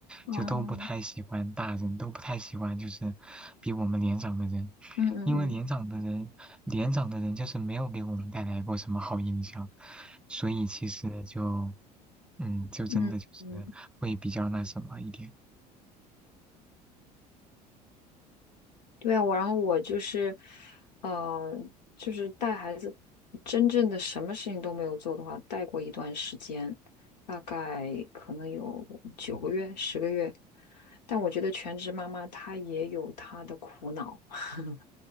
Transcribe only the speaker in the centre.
就都不太喜欢大人，都不太喜欢就是比我们年长的人，
因为年长的人，年长的人就是没有给我们带来过什么好印象，所以其实就嗯，就真的就是
会比较那什么一点。